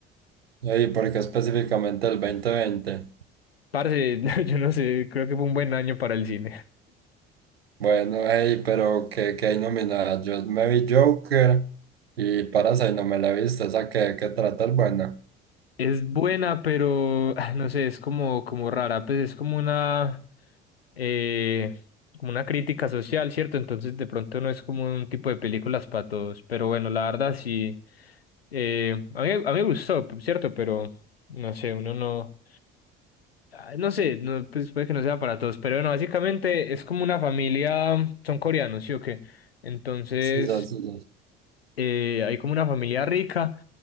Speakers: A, on the right; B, on the left.
A: Ey, ¿por qué específicamente el dos mil veinte
B: Parce, <laughs> yo no sé, creo que fue un buen año para el cine.
A: Bueno, hey, pero ¿qué, qué hay nominada? Yo me vi Joker y Parasite no me la he visto, esa que, que trata el bueno.
B: Es buena, pero ah, no sé, es como, como rara, pues es como una, eh, como una crítica social, ¿cierto? Entonces de pronto no es como un tipo de películas para todos, pero bueno, la verdad sí, eh, a mí, a mí me gustó, ¿cierto? Pero no sé, uno no, ah, no sé, no, pues puede que no sea para todos, pero bueno, básicamente es como una familia, son coreanos, ¿sí o qué? Entonces
A: Sí, sí, sí. sí.
B: eh, hay como una familia rica